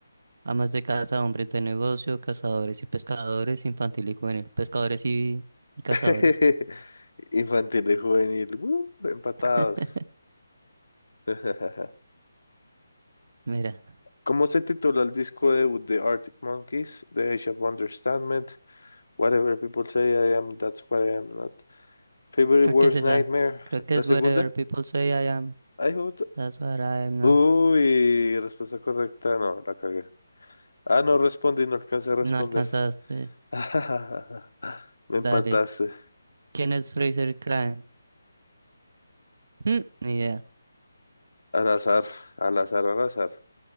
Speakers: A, on the right (about 55°); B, on the left (about 65°).
A: Amas de casa, hombres de negocio, cazadores y pescadores, infantil y juvenil, pescadores y, y cazadores.
B: <laughs> Infantil y juvenil, uh, empatados.
A: <laughs>
B: <laughs>
A: Mira,
B: ¿Cómo se titula el disco debut de Arctic Monkeys, The Age of Understandment, Whatever People Say I Am, That's What I Am Not, Favorite
A: creo
B: Worst
A: que es esa.
B: Nightmare?
A: Creo que
B: ¿La
A: es
B: segunda?
A: Wherever People Say I Am.
B: Ay, me gusta.
A: That's what I am not.
B: Uy, respuesta correcta, no, la cagué. Ah, no respondí, no alcancé a responder.
A: No alcanzaste.
B: <laughs> Me
A: Dale.
B: empataste.
A: ¿Quién es Fraser Crane? Mm, ni idea.
B: Al azar, al azar, al azar.